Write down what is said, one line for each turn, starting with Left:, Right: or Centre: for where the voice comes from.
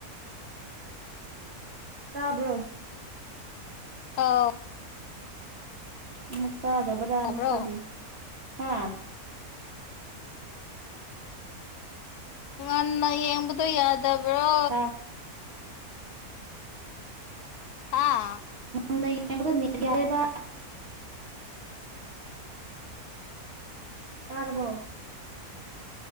Right: ꯇꯥꯕ꯭ꯔꯣ꯫
Left: ꯑꯥꯎ꯫
Right: ꯑꯃꯨꯛ ꯇꯥꯗꯕ꯭ꯔꯅ
Left: ꯇꯥꯕ꯭ꯔꯣ
Right: ꯈꯜꯂꯤꯅꯤ ꯍꯥꯥ꯫
Left: ꯉꯟꯅ ꯌꯦꯡꯕꯗꯨ ꯌꯥꯗꯕ꯭ꯔꯣ꯫
Right: ꯇꯥ
Left: ꯍꯥ꯫
Right: ꯉꯟꯅ ꯌꯦꯡꯕꯗꯣ ꯅꯦꯠ ꯌꯥꯗꯦꯕ꯫ ꯇꯥꯔꯕꯣ꯫